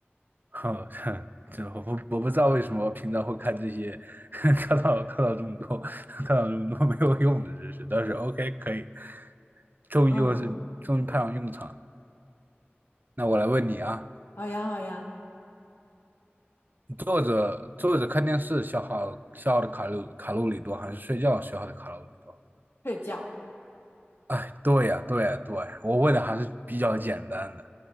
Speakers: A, on the right; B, on the left.
A: 哼，<laughs> 这我不我不知道为什么平常会看这些，<laughs> 看到看到这么多，<laughs> 看到这么多没有用的知识，但是 OK 可以，终于我是终于派上用场了。
B: 嗯，
A: 那我来问你啊，
B: 好呀好呀，
A: 坐着坐着看电视消耗消耗的卡路卡路里多，还是睡觉消耗的卡路里多？
B: 睡觉，
A: 哎，对呀，对呀，对，我问的还是比较简单的。